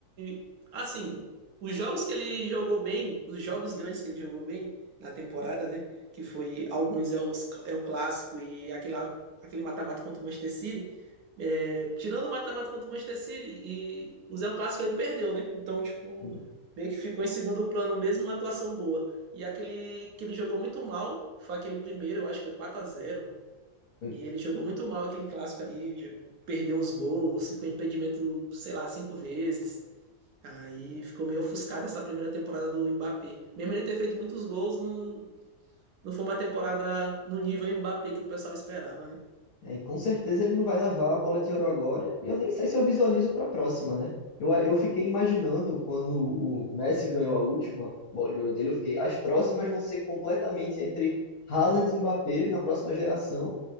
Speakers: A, on the right; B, on the left.
A: e, assim, os jogos que ele jogou bem, os jogos grandes que ele jogou bem na temporada, né? Que foi alguns é, os, é o clássico e aquele, lá- aquele mata-mata contra o Manchester City. É, tirando o mata-mata contra o Manchester City e o Zé o Clássico ele perdeu, né? Então, tipo,
B: Assim,
A: meio que ficou em segundo plano, mesmo uma atuação boa. E aquele que ele jogou muito mal foi aquele primeiro, eu acho que foi 4 a zero.
B: Foi
A: E ele jogou muito mal aquele clássico ali, perdeu uns gols, ficou em impedimento, sei lá, cinco vezes. Aí ficou meio ofuscado essa primeira temporada do Mbappé. Mesmo ele ter feito muitos gols, não, não foi uma temporada no nível Mbappé que o pessoal esperava, né?
B: É, e com certeza ele não vai levar a bola de ouro agora. E eu nem sei se eu visualizo para a próxima, né? Eu, eu fiquei imaginando quando o Messi ganhou a última bola de ouro dele, eu fiquei, as próximas vão ser completamente entre Haaland e Mbappé na próxima geração.